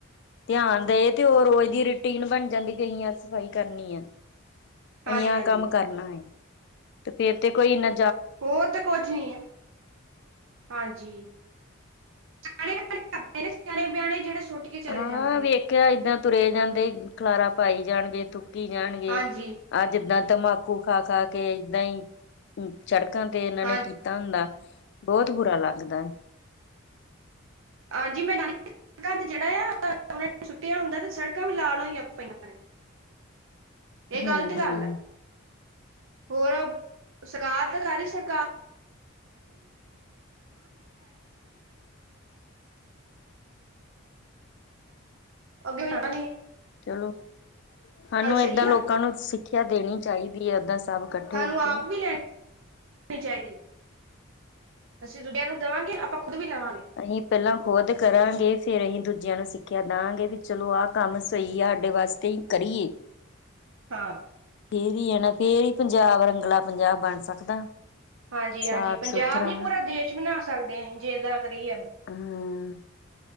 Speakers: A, on the left; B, on the right.
A: ਧਿਆਨ ਦੇਏ ਤੇ ਉਹ ਰੋਜ਼ ਦੀ ਰੂਟੀਨ ਬਣ ਜਾਂਦੀ ਕਿਸੀ ਸਫ਼ਾਈ ਕਰਨੀ ਹੈ
B: ਹਾਂਜੀ
A: ਅਸੀਂ ਆਹ
B: ਹਾਂਜੀ
A: ਕੰਮ ਕਰਨਾ ਤੇ ਫੇਰ ਤੇ ਕੋਈ ਇਨਾ
B: ਹੋਰ ਤੇ ਕੁਝ ਨੀ ਆ ਹਾਂਜੀ ਸਣੇ ਨੇ ਸਿਆਣੇ ਵਿਿਆਣੇ ਜਿਹੜੇ ਸੁੱਟ ਕੇ ਚਲੇ
A: ਹਾਂ
B: ਜਾਂਦੇ ਨੇ
A: ਵੇਖਿਆ ਏਦਾਂ ਤੁਰੇ ਜਾਂਦੇ ਖਲਾਰਾ ਪਾਈ ਜਾਣਗੇ ਤੂੰ ਕੀ ਜਾਣਗੇ
B: ਹਾਂਜੀ
A: ਆਹ ਜਿੱਦਾਂ ਤੰਬਾਕੂ ਖਾ-ਖਾ ਕੇ ਏਦਾਂ ਹੀ ਸੜਕਾਂ ਤੇ ਇਹਨਾਂ
B: ਹਾਂਜੀ
A: ਨੇ ਕੀਤਾ ਹੁੰਦਾ ਬਹੁਤ ਬੁਰਾ ਲੱਗਦਾ ਹੈ
B: ਹਾਂਜੀ ਮੈਂ ਨਾਨੀ ਸੜਕਾਂ ਤੇ ਜਿਹੜਾ ਆ ਉਹਨਾਂ ਨੇ ਸੁੱਟਿਆ ਹੁੰਦਾ ਤੇ ਸੜਕਾਂ ਵੀ ਲਾਲ ਹੋਈਆਂ ਪਈਆਂ <inaudible> ਇਹ
A: ਹਮ-ਹਮ
B: ਗ਼ਲਤ ਗੱਲ ਹੈ ਹੋਰ ਸਰਕਾਰ ਤਾਂ ਕਰਹੀ ਸਰਕਾਰ <inaudible> ਅੱਗੇ ਵੀ ਜਾਣਾ ਨੀ
A: ਚਲੋ ਸਾਨੂੰ ਏਦਾਂ
B: ਸਹੀ ਨਾ
A: ਲੋਕਾਂ ਨੂੰ ਸਿੱਖਿਆ ਦੇਣੀ ਚਾਹੀਦੀ ਹੈ ਏਦਾਂ ਸਭ ਇਕੱਠੇ
B: ਸਾਨੂੰ
A: ਹੋ
B: ਆਪ
A: ਕੇ
B: ਵੀ ਲੈਣੀਣੀ ਚਾਹੀਦੀ ਹੈ ਅਸੀਂ ਦੂਜਿਆਂ ਨੂੰ ਦੇਵਾਂਗੇ ਆਪਾਂ ਖੁਦ ਵੀ ਲਵਾਂਗੇ
A: ਅਸੀਂ ਪਹਿਲਾਂ ਖੁਦ ਕਰਾਂਗੇ ਫੇਰ ਅਸੀਂ ਦੂਜੇ ਦੂਜਿਆਂ ਨੂੰ ਸਿੱਖਿਆ ਦਾਂਗੇ ਵੀ ਚਲੋ ਆਹ ਕੰਮ ਸਹੀ ਆ ਸਾਡੇ ਵਾਸਤੇ ਹੀ ਕਰੀਏ।
B: ਹਾਂ।
A: ਫੇਰ ਨਾ ਫੇਿਰਰ ਹੀ ਪੰਜਾਬ ਰੰਗਲਾ ਪੰਜਾਬ ਬਣ ਸਕਦਾ।
B: ਹਾਂਜੀ ਹਾਂਜੀ
A: ਸਾਫ਼
B: ਪੰਜਾਬ
A: ਸੁਥਰਾ
B: ਨੀ ਪੂਰਾ ਦੇਸ਼ ਬਣਾ ਸਕਦੇ ਹਸੀ ਜੇੱ ਗਾਂ ਕਰੀਏ।
A: ਹਮ।